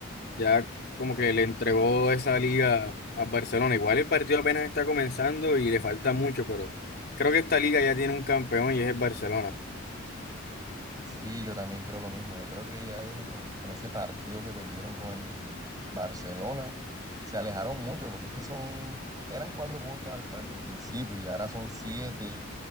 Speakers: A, on the left; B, on the right.
A: ya como
B: Ya.
A: que le entregó esa liga al Barcelona. Igual el partido apenas está comenzando y le falta mucho, pero creo que esta liga ya tiene un campeón y es el Barcelona.
B: Sí, yo también creo lo mismo. Yo creo que ya ellos con, el- con ese partido que perdieron con el Barcelona se alejaron mucho porque es que son, eran cuatro puntos al, al principio y ahora son siete